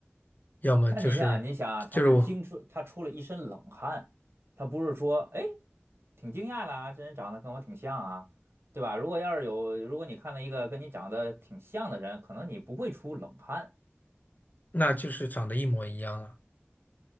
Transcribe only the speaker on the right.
但你想，你想啊他是惊出，他出了一身冷汗，他不是说，哎，挺惊讶的啊，这人长得跟我挺像啊，对吧？如果要是有，如果你看到一个跟你长得挺像的人，可能你不会出冷汗，